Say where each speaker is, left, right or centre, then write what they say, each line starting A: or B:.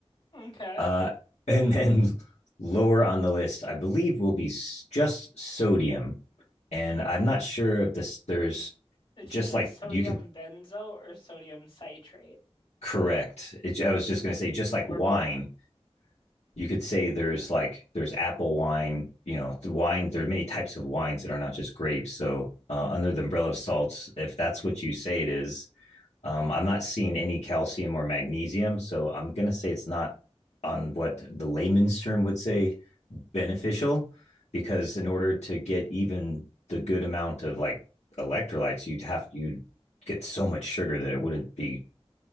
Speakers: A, on the left; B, on the left.
A: Okay.
B: Uh, and then lower on the list, I believe, will be just sodium. And I'm not sure if this, there's
A: It's
B: just
A: usually
B: like
A: sodium
B: you could
A: benzo or sodium citrate
B: correct. It, I was just going to say, just like
A: or
B: wine,
A: both.
B: you could say there's like, there's apple wine, you know, the wine, there are many types of wines that are not just grapes. So, uh, under the umbrella of salts, if that's what you say it is, Um, I'm not seeing any calcium or magnesium, so I'm gonna say it's not on what the layman's term would say beneficial, because in order to get even the good amount of like electrolytes, you'd have you'd get so much sugar that it wouldn't be